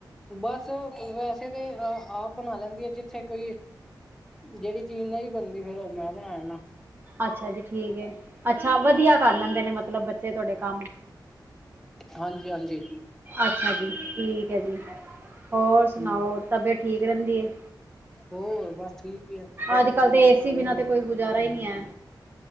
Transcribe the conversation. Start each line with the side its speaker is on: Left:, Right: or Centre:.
Centre: ਬਸ ਵੈਸੇ ਤਾਂ ਆਪ ਬਣਾ ਲੈਂਦੀ ਆ, ਜਿੱਥੇ ਕੋਈ ਜਿਹੜੀ ਚੀਜ਼ ਨਹੀ ਬਣਦੀ ਫੇਿਰ ਉਹ ਮੈਂ ਬਣਾ ਲੈਣਾ।
Right: ਅੱਛਾ ਜੀ ਠੀਕ, ਅੱਛਾ ਵਧੀਆ। ਕਰ ਲੈਂਦੇ ਨੇ ਮਤਲਬ ਬੱਚੇ ਤੁਹਾਡੇ ਕੰਮ।
Centre: ਹਾਂਜੀ ਹਾਂਜੀ
Right: ਅੱਛਾ ਜੀ ਠੀਕ ਹੈ ਜੀ, ਹੋਰ ਸੁਣਾਓ
Centre: ਹੂੰ
Right: ਤਬੀਅਤ ਠੀਕ ਰਹਿੰਦੀ ਹੈ?
Centre: ਹੋਰ, ਬਸ ਠੀਕ ਹੀ।
Right: ਅੱਜ ਕੱਲ ਤੇ ਏਸੀ ਬਿਨਾਂ ਤੇ ਕੋਈ ਗੁਜ਼ਾਰਾ ਹੀ ਨਹੀਂ ਹੈ।